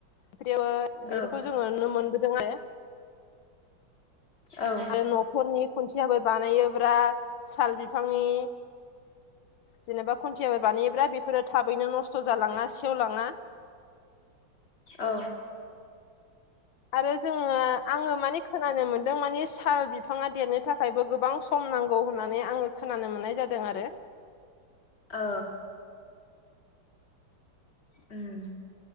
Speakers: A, on the left; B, on the left.
A: <unintelligible> बेफोरखौ
B: औ
A: जोङो नुनो मोनबोदों <unintelligible>
B: औ
A: न'फोरनि खुनथियाफोर बानायो ब्रा साल बिफांनि जेनेबा खुन्थियाफोर बानायब्रा बेफोरो थाबैनो नस्थ' जालाङा सेवलाङा।
B: औ।
A: आरो जोङो आङो माने खोनानो मोन जों मानि साल बिफाङा देरनो थाखायबो गोबां सम नांगौ होननानै आङो खोनानो मोननाय जादों आरो।
B: ओ ओम